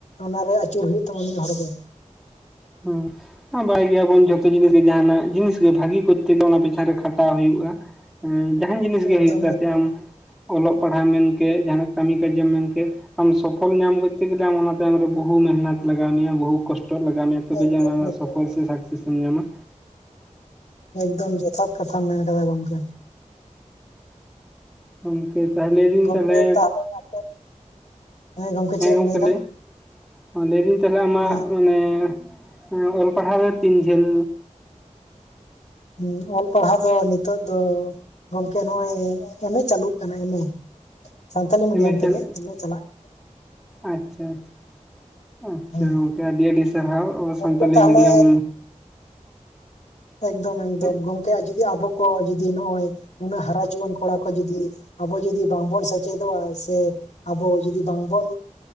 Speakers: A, on the left; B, in the centre.
A: ᱚᱱᱟᱨᱮ ᱟᱹᱪᱩᱨ ᱦᱩᱭᱩᱜ ᱛᱟᱢᱟ ᱢᱤᱫᱦᱚᱲ ᱫᱚ᱾
B: <unintelligible> <unintelligible> ᱜᱮᱭᱟᱵᱚᱱ ᱡᱷᱚᱛᱚ ᱡᱤᱱᱤᱥ ᱜᱮ ᱡᱟᱦᱟᱱᱟᱜ ᱡᱤᱱᱤᱥ ᱜᱮ ᱵᱷᱟᱹᱜᱤ ᱠᱚᱨᱛᱮ ᱜᱮ ᱚᱱᱟ ᱯᱤᱪᱷᱟᱱ ᱨᱮ ᱠᱷᱟᱴᱟᱣ ᱦᱩᱭᱩᱜᱼᱟ᱾ ᱡᱟᱦᱟᱱ ᱡᱤᱱᱤᱥ ᱜᱮ
A: ᱮᱠᱫᱚᱢ
B: ᱦᱩᱭᱩᱜ ᱛᱟᱛᱮ
A: ᱮᱠᱫᱚᱢ
B: ᱟᱢ ᱚᱞᱚᱜ ᱯᱟᱲᱦᱟᱜ ᱢᱮᱱᱠᱮᱫ ᱡᱟᱦᱟᱱᱟᱜ ᱠᱟᱹᱢᱤ ᱠᱟᱡᱮᱢ ᱢᱮᱱ ᱠᱮᱫ᱾ ᱟᱢ ᱥᱚᱯᱷᱚᱞ ᱧᱟᱢ ᱠᱚᱛᱮ ᱜᱮ ᱟᱢ ᱚᱱᱟ ᱛᱟᱭᱚᱢ ᱨᱮ ᱵᱚᱦᱩ ᱢᱮᱦᱱᱚᱛ ᱞᱟᱜᱟᱣ ᱢᱮᱭᱟ ᱵᱚᱦᱩ ᱠᱚᱥᱴᱚᱜ ᱞᱟᱜᱟᱣ ᱢᱮᱭᱟ᱾ ᱛᱚᱵᱮ
A: ᱮᱠᱫᱚᱢ
B: ᱡᱮ
A: ᱮᱠᱫᱚᱢ
B: ᱥᱚᱯᱷᱚᱞ ᱥᱮ ᱥᱟᱠᱥᱮᱥ ᱮᱢ ᱧᱟᱢᱟ᱾
A: ᱮᱠᱫᱚᱢ ᱡᱚᱛᱷᱟᱛ ᱠᱟᱛᱷᱟ ᱢᱮᱱ ᱟᱠᱟᱫᱟ ᱜᱚᱝᱠᱮ᱾
B: ᱦᱮᱸ ᱛᱟᱦᱞᱮ ᱞᱟᱹᱭ ᱤᱫᱟᱹᱧ
A: ᱜᱚᱢᱠᱮ
B: ᱛᱟᱦᱚᱞᱮ,
A: ᱟᱯᱮ ᱜᱚᱢᱠᱮ
B: ᱦᱮᱸ
A: ᱪᱮᱫ
B: ᱜᱚᱝᱢᱮ
A: ᱮᱢ ᱞᱟᱹᱭᱫᱟ
B: ᱞᱟᱹᱭ ᱢᱮ᱾ ᱞᱟᱹᱭ ᱫᱟᱹᱧ ᱛᱟᱦᱞᱮ ᱟᱢᱟᱜ
A: ᱮᱸ,
B: ᱢᱟᱱᱮ ᱦᱮ ᱚᱞ ᱯᱟᱲᱦᱟᱣ ᱫᱚ ᱛᱤᱱ ᱡᱷᱟᱹᱞ?
A: ᱦᱮᱸ ᱚᱞ ᱯᱟᱲᱦᱟᱣ ᱫᱚ ᱱᱤᱛᱚᱜ ᱫᱚ ᱜᱚᱝᱠᱮ ᱱᱚᱜᱼᱚᱭ ᱮᱢ ᱮ ᱪᱟᱹᱞᱩᱜ ᱠᱟᱱᱟ ᱮᱢ ᱮ᱾ ᱥᱟᱱᱛᱟᱞᱤ ᱢᱤᱰᱤᱭᱟᱢ
B: ᱮᱢ ᱮ
A: ᱛᱮᱜᱮ
B: ᱪᱟᱞᱟᱜ
A: ᱮᱢ ᱮ ᱪᱟᱞᱟᱜ ᱠᱟᱱᱟ᱾
B: ᱟᱪᱪᱷᱟ ᱟᱪᱪᱷᱟ ᱟᱪᱪᱷᱟ
A: ᱦᱮᱸ
B: ᱜᱚᱝᱠᱮ ᱟᱹᱰᱤ ᱟᱹᱰᱤ ᱥᱟᱨᱦᱟᱣ ᱟᱵ
A: ᱜᱚᱝᱠᱮ
B: ᱥᱟᱱᱛᱟᱞᱤ
A: ᱛᱟᱦᱚᱞᱮ
B: ᱢᱤᱰᱤᱭᱟᱢ
A: ᱮᱠᱫᱚᱢ ᱮᱠᱫᱚᱢ
B: ᱦᱮᱸ
A: ᱜᱚᱝᱠᱮ ᱡᱩᱫᱤ ᱟᱵᱚ ᱠᱚ ᱡᱩᱫᱤ ᱱᱚᱜᱼᱚᱭ ᱱᱩᱱᱟᱹᱜ ᱦᱟᱨᱟ ᱡᱩᱣᱟᱹᱱ ᱠᱚᱲᱟ ᱠᱚ ᱡᱩᱫᱤ ᱟᱵᱚ ᱡᱩᱫᱤ ᱵᱟᱝᱵᱚᱱ ᱥᱮᱪᱮᱫᱚᱜᱼᱟ ᱥᱮ ᱟᱵᱚ ᱡᱩᱫᱤ ᱵᱟᱝᱵᱚᱱ